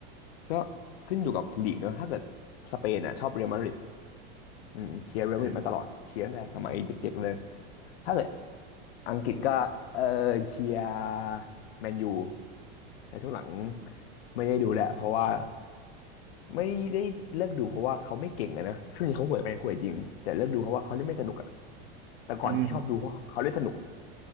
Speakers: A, on the left; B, on the right.
A: ก็ขึ้นอยู่กับลีกเนอะถ้าเกิดสเปนอ่ะชอบเรอัลมาดริดอืมเชียร์เรอัลมาดริดมาตลอดเชียร์ตั้งแต่สมัยเด็กๆเลย
B: อ่า
A: ถ้าเกิดอังกฤษก็เออเชียร์แมนยูแต่ช่วงหลังไม่ได้ดูแหละเพราะว่าไม่ได้เลิกดูเพราะว่าเขาไม่เก่งอะนะช่วงนี้เขาห่วยไหมห่วยจริงแต่เลิกดูเพราะว่าเขาเล่นไม่สนุกอะแต่ก่อนที่ชอบดูเพราะเขาเล่นสนุก
B: อืม